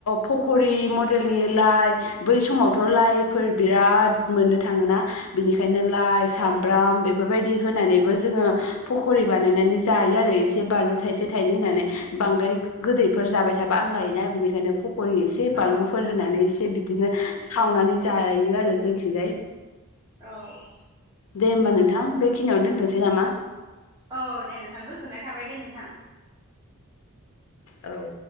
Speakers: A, on the left; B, on the right.
A: फख'रि मडेलनि लाइ बै समावथ' लाइफोर बिराद मोननो थाङोना बिनिखायनो लाइ
B: औ
A: सामब्राम बे बेफोरबादि होनानैबो जोङो फख'रि बानायनानै जायो आरो एसे बानलु थाइसे थाइनै होनानै बांद्राय गोदैफोर जाबाय थाबा आंगायोना बिनिखायनो फ'ख'रि एसे
B: औ
A: बानलुफोर होनानै इसे एसे बिदिनो सावनानै जायो आरो जोंनिथिंजाय
B: औ
A: दे होमबा नोंथां बेखिनिआवनो दोनथ'नोसै नामा
B: औ दे नोंथां गोजोननाय थाबाय दे नोंथां
A: औ